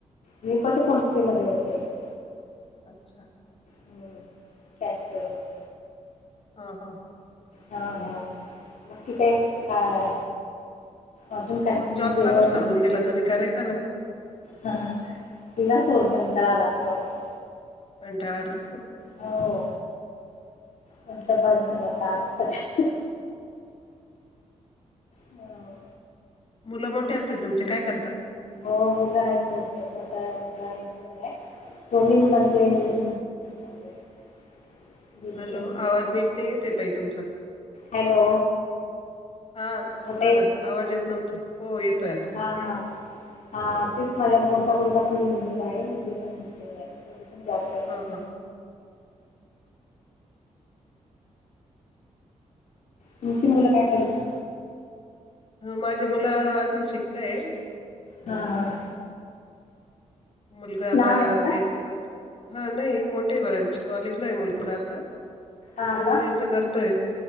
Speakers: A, on the left; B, on the left.
A: मी पतसस्थेमध्ये होतय का
B: अच्छा
A: हम्म केशर म्हणून.
B: हा हा.
A: हा हा बाकी का हा. अजून काही
B: मग
A: तु
B: जॉब
A: जेवण.
B: का बरं सोडून दिला तुम्ही करायचा ना
A: ह तिला सोन घंटर आला तुझ्या ऑपस.
B: कंटाळ आला.
A: हो पता बाद झाला आता आराम करायच. हो
B: मुलं मोठे असतील तुमचे काय करतात.
A: हो मुलं आहेत मोठी आता मुल गा इंजिनियर आहे. दोन्ही मुलाचे एन एम एम एस झालेला आहे डिग्री
B: हॅलो
A: झालेली आहे
B: आवाज नीट नाही येत येतई तुमचं.
A: हॅलो
B: हा बोला
A: आता
B: ना आवाज येत नव्हता हो येतोय आता.
A: हा हा हा तेच माझा मोठा मुलगा पण इंजिनियर आहे मुलगी पण इंजिनिय र आहे. जॉब करतात.
B: हा हा
A: तुमची मुलं काय करतात.
B: माझ्या मुलं अजून शिकताय. हं
A: हा हा
B: मुलगा आता
A: लहान आहेत का
B: याच करत हा नाही मोठेही बर आहेक्ष कॉलेजला आहे मुलगा आता.
A: हां
B: तो
A: का
B: याच करतोय